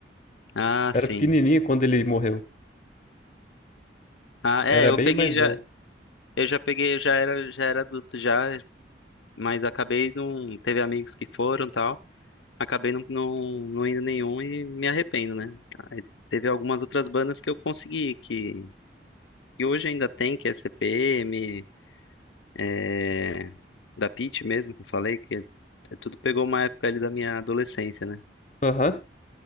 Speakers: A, on the left; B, on the left.
A: Ah,
B: Era
A: sim.
B: pequenininho quando ele morreu.
A: Ah, é,
B: Era
A: eu
B: bem
A: peguei
B: mais
A: já
B: novo.
A: Eu já peguei, já era, já era adulto já, mas acabei não, teve amigos que foram e tal, acabei não, não, não indo nenhum e me arrependo, né? Aí teve algumas outras bandas que eu consegui, que, que hoje ainda tem, que é CPM, é, da Pitty mesmo, que eu falei, que é- é tudo pegou uma época ali da minha adolescência, né?
B: Aham,